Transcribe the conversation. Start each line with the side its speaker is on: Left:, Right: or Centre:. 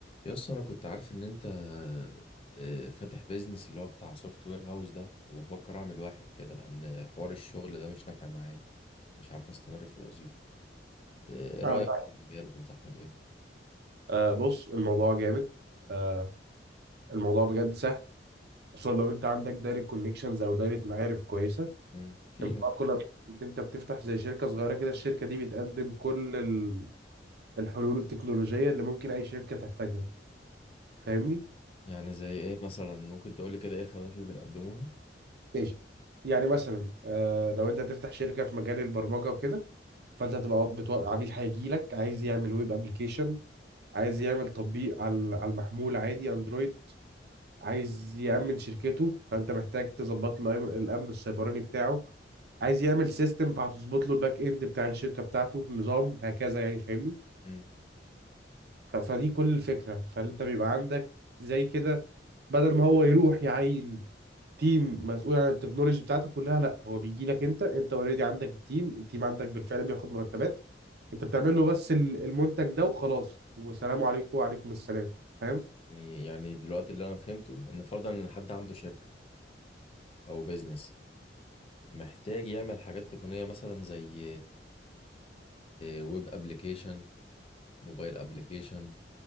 Left: يا اسطى انا كنت عارف ان انت آه، فاتح بيزنس اللي هو بتاع سوفت وير هاوس ده وبفكر اعمل واحد كده لان حوار الشغل ده مش نافع معايا مش عارف استمر في الوظيفه ت- ايه
Right: أعرف
Left: رايك في المجال وتنصحني بايه
Right: آه بص الموضوع جامد آه الموضوع بجد سهل خصوصا لو أنت عندك دايرة كونكشنز أو دايرة معارف كويسة
Left: مم. في
Right: الموضوع
Left: م-
Right: كله إن أنت بتفتح زي شركة صغيرة كده الشركة دي بتقدم كل ال- الحلول التكنولوجية اللي ممكن أي شركة تحتاجها فاهمني؟
Left: يعني زي ايه مثلا ممكن تقول لي كده ايه الخدمات اللي بتقدموها
Right: ماشي يعني مثلا آه لو أنت هتفتح شركة في مجال البرمجة وكده فأنت هتبقى بتو... عميل هيجي لك عايز يعمل ويب أبلكيشن عايز يعمل تطبيق على على المحمول عادي اندرويد عايز يأمن شركته فأنت محتاج تظبط له الأم- الأمن السيبراني بتاعه عايز يعمل سيستم فهتظبط له الباك إند بتاع الشركة بتاعته نظام هكذا يعني فاهمني
Left: مم.
Right: ف- فدي كل الفكرة فأنت بيبقى عندك زي كده بدل ما هو يروح يعين تيم مسؤول عن التكنولوجي بتاعته كلها لا هو بيجي لك انت انت اوريدي عندك التيم التيم عندك بالفعل بياخد مرتبات انت بتعمل له بس ال- المنتج ده وخلاص وسلام عليكم وعليكم السلام فاهم
Left: يعني يعني دلوقتي اللي انا فهمته ان فرضا ان حد عنده شركه او بيزنس محتاج يعمل حاجات تقنيه مثلا زي ويب ابلكيشن موبايل ابلكيشن